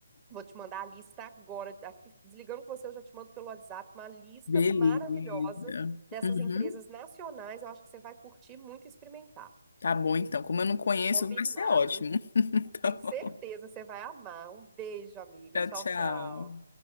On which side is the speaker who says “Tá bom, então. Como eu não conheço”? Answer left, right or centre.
Left